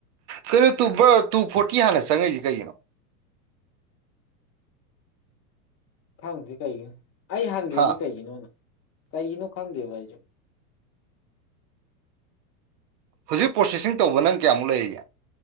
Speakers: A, on the right; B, on the left.
A: ꯀꯩꯅꯣ ꯇ ꯇꯨ ꯐꯣꯔꯇꯤ ꯍꯥꯟꯅ ꯆꯪꯉꯛꯏꯁꯤ ꯀꯩꯒꯤꯅꯣ
B: ꯈꯪꯗꯗ꯭ꯦ ꯀꯩꯒꯤꯅꯣ ꯑꯩ ꯍꯪꯈꯤꯕꯅꯤ
A: ꯍꯥ
B: ꯀꯩꯒꯤꯅꯣꯅ ꯀꯥꯏ ꯏꯅꯨ ꯈꯥꯡꯪꯗꯦ ꯄꯖꯦ
A: ꯍꯧꯖꯤꯛ ꯄ꯭ꯔꯣꯁꯦꯁꯤꯡ ꯇꯧꯕ ꯅꯪ ꯀꯌꯥꯃꯨꯛ ꯂꯩꯔꯤꯦ